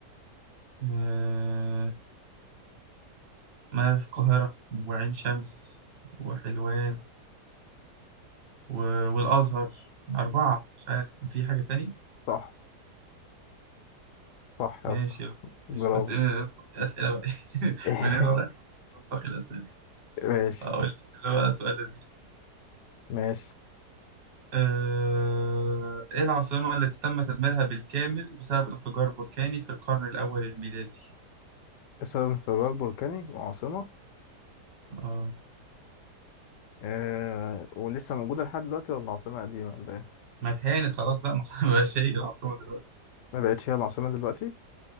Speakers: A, on the right; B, on the left.
A: آه ما في القاهرة وعين شمس وحلوان و... والأزهر أربعة مش عارف في حاجة تاني
B: صح صح
A: ماشي
B: يا اسطى برافو
A: ماشي بس أنا أسئلة بقى <laughs>
B: <laughs>
A: من هنا ورايح أنتقي الأسئلة
B: ماشي
A: أقول لك ده بقى سؤال لذيذ
B: ماشي
A: آه... إيه العاصمة التي تم تدميرها بالكامل بسبب انفجار بركاني في القرن الأول الميلادي؟
B: بسبب انفجار بركاني وعاصمة
A: آه
B: آه ولسه موجودة لحد دلوقتي ولا عاصمة قديمة ولا إيه؟
A: ما اتهانت خلاص لا ما <laughs> بقاش هي العاصمة دلوقتي
B: ما بقتش هي العاصمة دلوقتي